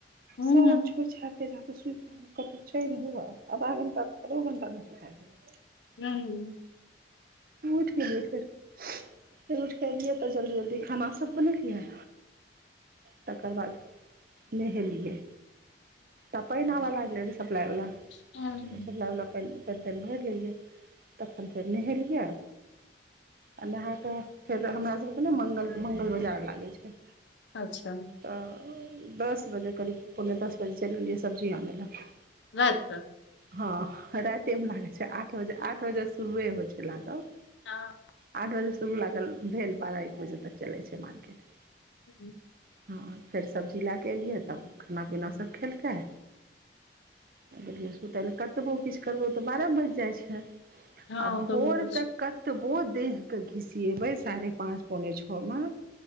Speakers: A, on the left; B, on the right.
A: हूं
B: सब
A: हूं
B: छोड़ि छाड़ि कते जाकऽ सुति रहल कतहुँ छै नहि हुअए आधा घटा आधो घंटा नहि सुति
A: हूं
B: उठ मिलियै फर फेर उठि कऽ एलियै तऽ जल्दी जल्दी खाना सब बनेलियै तकर बाद नहेलियै त पइन आव लागलै ने सप्लाइवला
A: हूं
B: सप्लाइ बला प इन पइन तइन भरि लेलियै तखन फेर नहेलियै आ नहा कऽ फेर हमरासभके ने मङ्गलके मङ्गल बाजार लागै छै
A: अच्छा
B: तऽ दस बजे करीब पौने दस बजे चलि गेलियै सब्जी आनअ लए
A: <unintelligible>
B: हँ राइत मे लागै छै आठ बजे आठ बजेसँ शुरुए होइ छै लागल
A: हँ
B: आठ बजे शुरू लागल भेल बारह एक बजे तक चलै छै मार्केट
A: हू
B: हँ फेर सब्जी लैके अलियै तऽ खाना पीना सब खेलकै कहलियै सुतय लए कतबो किछु करबौ तऽ बारह बाजि जाइ छै आ
A: हँ ओ तऽ
B: भोरक
A: होइत अछि
B: कतबो देहके घिसियेबै साढ़े पाँच पौने छओमे